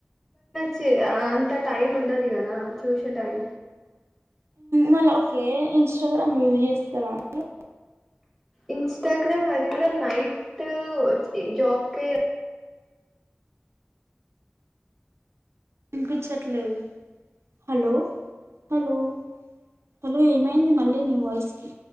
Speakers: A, in the centre; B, on the right (about 75°).
A: చి అంత టైమ్ ఉండదిఇగానా చూశా టైం
B: మళ్ళీ ఓకే ఇన్స్టాగ్రామ్ యూజ్ చేస్తారా అండి
A: ఇన్స్టాగ్రామ్ అది కూడా నై <unintelligible> జాబ్క
B: ఇనిపించట్లేదు, హలో హలో హలో ఏమైంది మళ్ళీ నీ వాయిస్ కి